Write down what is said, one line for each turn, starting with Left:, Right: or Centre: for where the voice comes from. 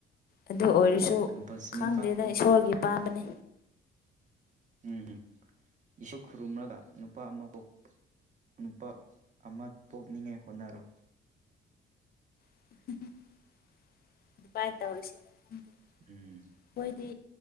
Left: ꯑꯗꯨ ꯑꯣꯏꯔꯁꯨ
Right: ꯀꯝꯄꯜꯁꯔꯤ
Left: ꯈꯪꯗꯦꯗ
Right: ꯅꯨꯄꯥ ꯑꯗꯨꯝ
Left: ꯏꯁꯣꯔꯒꯤ ꯄꯥꯝꯕꯅꯤ
Right: ꯎꯝꯝ ꯏꯁꯨꯛ ꯈꯨꯔꯨꯝꯂꯒ ꯅꯨꯄꯥ ꯑꯃ ꯀꯣꯛ ꯅꯨꯄꯥ ꯑꯃ ꯄꯣꯛꯅꯤꯡꯉꯥꯏ ꯍꯣꯠꯅꯔꯣ
Left: ꯎ <inaudible> ꯑꯗꯨꯕꯥꯥꯏ ꯇꯧꯔꯤꯁꯤꯦ ꯑꯩꯈꯣꯏꯗꯤ
Right: ꯎꯝ